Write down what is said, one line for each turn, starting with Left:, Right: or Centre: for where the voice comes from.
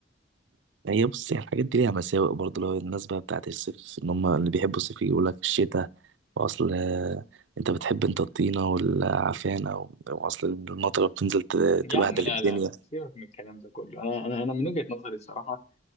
Right: يعني هي بص هي الحاجات دي ليها مساوئ برضه اللي هو الناس بقى بتاعت الصيف ان هم اللي بيحبوا الصيف يقول لك الشتاء واصل آه، انت بتحب انت الطينة والعفان او أو اصل المطره بتنزل ت-
Left: يا
Right: تبهدل
Left: عم لا
Right: الدنيا
Left: لا لا سيبك من الكلام ده كله أنا أنا أنا من وجهة نظري الصراحة